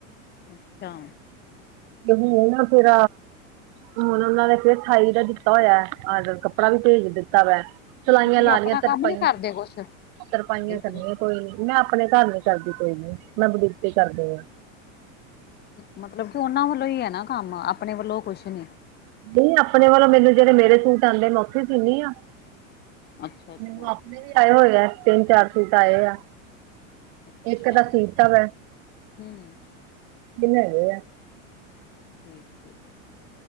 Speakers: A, on the left (about 25°); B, on the right (about 50°).
A: ਅੱਛਾ।
B: ਕਿ ਨਾ ਫੇਰ ਹੁਣ ਉਹਨਾ ਨੇ ਫਿਰ ਅਠਾਈ ਦਾ ਦਿੱਤਾ ਹੋਇਆ ਆਰਡਰ। ਕੱਪੜਾ ਵੀ ਭੇਜ ਦਿੱਤਾ ਵਾ। ਸਲਾਈਆਂ
A: ਤੇ ਤੁਸੀਂ
B: ਲਾ
A: ਆਪਣਾ
B: ਲਈਆਂ। ਤਰਪਾਈਆਂ,
A: ਕੰਮ ਨੀ ਕਰਦੇ ਕੁਛ
B: ਤਰਪਾਈਆਂ
A: ਇੱਧਰੋਂ?
B: ਕਰਨੀਆਂ। ਕੋਈ ਨ ਮੈਂ ਆਪਣੇ ਘਰ ਨੀ ਕਰਦੀ ਕੋਈ ਨੀ। ਮੈਂ ਬਡੀਕ ਕਰਦੇ ਹਾਂ।
A: ਮਤਲਬ ਕਿ ਉਹਨਾਂ ਵੱਲੋਂ ਹੀ ਹੈ ਨਾ ਕੰਮ, ਆਪਣੇ ਵੱਲੋਂ ਕੁਛ ਨੀ।
B: ਨਹੀਂ, ਆਪਣੇ ਵੋਂ ਮੈਨ ਜਿਹੜੇ ਮੇਰੇ ਸੂਟ ਆਉਂਦੇ ਮੈਂ ਉੱਥੇ ਸੀਨੀ ਆਂ।
A: ਅੱਛਾ-ਅੱਛਾ,
B: ਮੈਨੂੰ ਆਪਣੇ
A: ਅੱਛਾ।
B: ਵੀ ਆਏ ਹੋਏ ਆ ਤਿੰਨ- ਚਾਰ ਸੂਟ ਆਏ ਆ।
A: ਅੱਛਾ,
B: ਇੱਕ ਤਾਂ ਸੀਤਾ ਹੈ।
A: ਹੂੰ।
B: ਤਿੰਨ ਹੈਗੇ ਆ।
A: ਠੀਕ- ਠੀਕ।